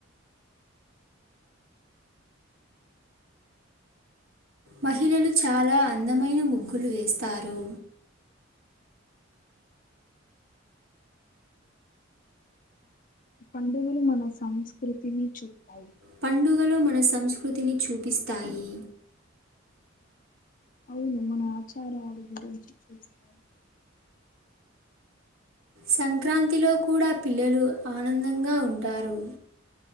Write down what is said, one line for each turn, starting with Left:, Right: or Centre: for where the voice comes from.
Right: మహిళలు చాలా అందమైన ముగ్గులు వేస్తారు
Left: పండుగలు మన సంస్కృతిని చూతాయి
Right: పండుగలో మన సంస్కృతిని చూపిస్తాయి
Left: అవును మన ఆచారాల గురించి చూస్తారు
Right: సంక్రాంతిలో కూడా పిల్లలు ఆనందంగా ఉంటారు